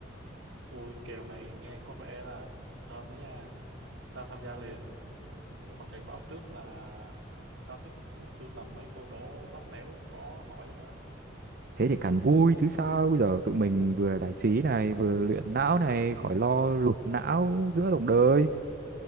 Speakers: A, on the right; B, on the right.
A: Ui, kèo này nghe có vẻ là thơm đó nha. Tao tham gia liền, nhưng mà cảnh báo trước là tao thích sưu tầm mấy câu đố lắt léo khó hỏi lắm á.
B: thế thì càng vui chứ sao bây giờ tụi mình vừa giải trí này vừa luyện não này khỏi lo lụt não giữa dòng đời